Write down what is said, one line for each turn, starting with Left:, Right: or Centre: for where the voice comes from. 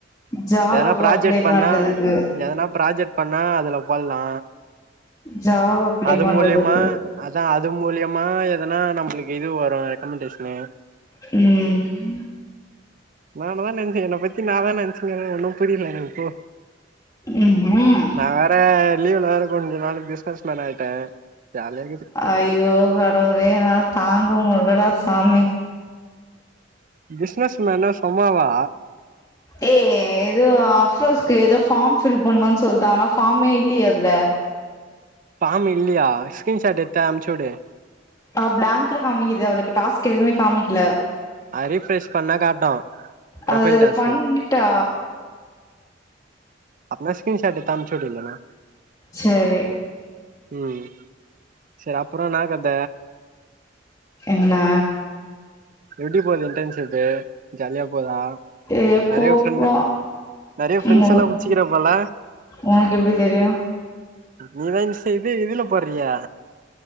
Left: ஜாப்
Right: எதனா ப்ராஜெக்ட்
Left: அப்ளை
Right: பண்ணா
Left: பண்றதுக்கு
Right: எதனா ப்ராஜெக்ட் பண்ணா அதுல போல்லா
Left: ஜாப் அப்ளை
Right: அது
Left: பண்றதுக்கு
Right: மூலியுமா அதா அது மூலயமா எதனா நம்மளுக்கு இது வரு ரெக்கமெண்டேஷனு
Left: ம்
Right: ன்னானுதா நெச்சன் என்ன பத்தி நாதா நென்ச்சிங்கிற ஒன்னு புரில எனக்குப்போ
Left: ம் ஹு ம்
Right: நா வேற லீவ்ல வேற கொஞ்சோ நாள பிஸ்னஸ் மேன் ஆயிட்ட ஜாலியா கீது
Left: ஐயோ கடவுலே என்னால தாங்க முல்லடா சாமி
Right: பிசினஸ் மேன்னா சொம் மாவா
Left: ஏ ஏதோ அப்ரோஸ்க்கு ஏதோ ஃபார்ம் ஃபில் பண்ணு சொல் தா ஆனா ஃபார்ம்மே இல்லையே அதுல
Right: ஃபார்ம் இல்லையா ஃகிரீன்ஷாட் எடுத்து அம்ச்சிவுடு
Left: ஆ பிளாங்க்கா காமிக்குது அவளுக்கு டாஸ்க் எதுமே காமிக்கல
Right: அது ரீஃப்ரெஷ் பண்ணா காட்டு ப்ரொஃபைல்
Left: அது
Right: டாஸ்க்கு
Left: பண்ணிட்டா
Right: அப்பன ஸ்கிரீன்ஷாட் எடுத்து அம்ச்சிவுடு இல்லனா
Left: சரி
Right: ம், செரி அப்பறோ என்னா கத
Left: என்ன
Right: எப்டி போது இன்டன்ஷிப்பு? ஜாலியா போதா
Left: ஏ
Right: நிறைய
Left: போ
Right: ஃபிரெண்ட்
Left: போ
Right: நறைய ஃப்ரெண்ட்ஸ்
Left: ம்
Right: எல்லா புடிச்சிக்கிறப் போல
Left: உனக்கு எப்டி தெரியு
Right: நீதா இன்ஸ் இது இதுல போட்றியே